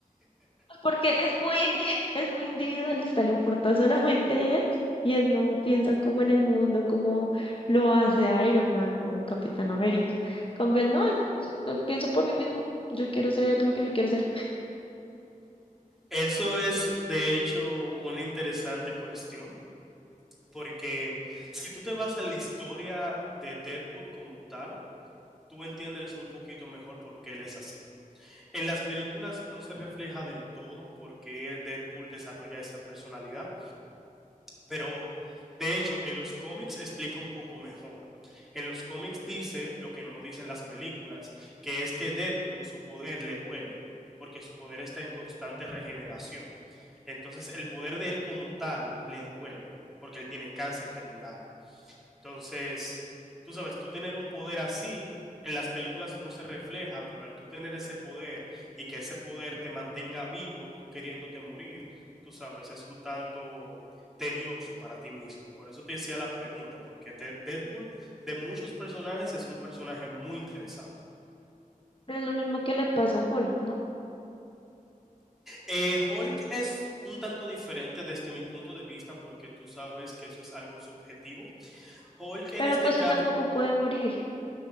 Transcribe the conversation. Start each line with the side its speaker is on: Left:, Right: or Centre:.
Left: Pues Porque es muy, indi- <laughs> es muy individualista, le importa solamente él y él no piensa como en el mundo, como lo hace Iron Man o Capitán América. Con él no, él, s- yo pienso por mí mismo. Yo quiero ser lo que yo quiero ser.
Centre: Eso es, de hecho, una interesante cuestión Porque si tú te vas a la historia de Deadpool como tal, tú entiendes un poquito mejor por qué él es así. En las películas no se refleja del todo por qué Deadpool desarrolla esa personalidad, pero de hecho en los cómics explica un poco mejor. En los cómics dice lo que no dicen las películas, que es que Deadpool su poder le duele, porque su poder está en constante regeneración. Entonces el poder de él como tal le duele, porque él tiene cáncer terminal. Entonces, tú sabes, tú tener un poder así, en las películas no se refleja, pero al tú tener ese poder y que ese poder te mantenga vivo, tú queriéndote morir, tú sabes, es un tanto tedioso para ti mismo. Por eso te decía la pregunta, porque te Deadpool de muchos personajes es un personaje muy interesante.
Left: Pero es lo mismo que le pasa a Hulk, ¿no?
Centre: Eh, Hulk es un tanto diferente desde mi punto de vista porque tú sabes que eso es algo subjetivo. Hulk en
Left: Pero
Centre: este
Left: pues
Centre: caso,
Left: él tampoco puede morir.